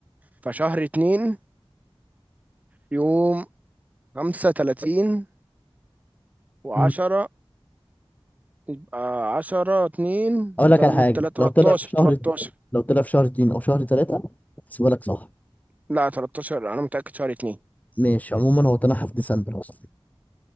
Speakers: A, on the right (about 15°); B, on the left (about 15°).
A: فشهر اتنين يوم خمسة تلاتين وعشرة
B: امم
A: يبقى عشرة اتنين
B: أقول لك
A: زود
B: على حاجة
A: تلاتة
B: لو
A: تلاتاشر
B: طلع في شهر
A: تلاتاشر
B: اتنين- لو طلع في شهر اتنين أو شهر تلاتة أحسبها لك صح
A: لا تلاتاشر أنا متأكد شهر اتنين
B: ماشي عموما هو تنحى في ديسمبر أصلا